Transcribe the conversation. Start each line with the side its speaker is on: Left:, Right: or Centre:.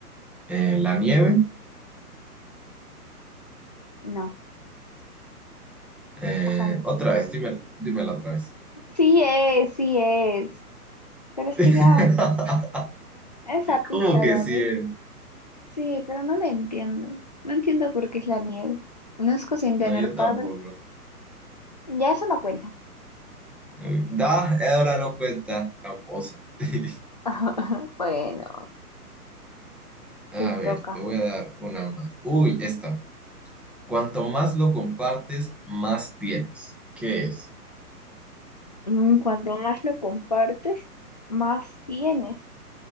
Centre: Eh, la nieve.
Left: No,
Centre: Eh,
Left: papá no.
Centre: otra vez, dime, dímela otra vez.
Left: Sí es, sí es. Pero es
Centre: <laughs>
Left: que ya, esa pista,
Centre: ¿Cómo que
Left: David.
Centre: sí? eh?
Left: Sí, pero no la entiendo. No entiendo por qué es la nieve. Nazco sin tener
Centre: No, yo
Left: padre.
Centre: tampoco.
Left: Ya eso no cuenta.
Centre: Eh, Da, ahora no cuenta, tramposa. <laughs>
Left: <laughs> Bueno,
Centre: A
Left: te
Centre: ver,
Left: toca.
Centre: te voy a dar una más. Uy, esta. Cuanto más lo compartes, más tienes. ¿Qué es?
Left: Mm, Cuanto más lo compartes, más tienes.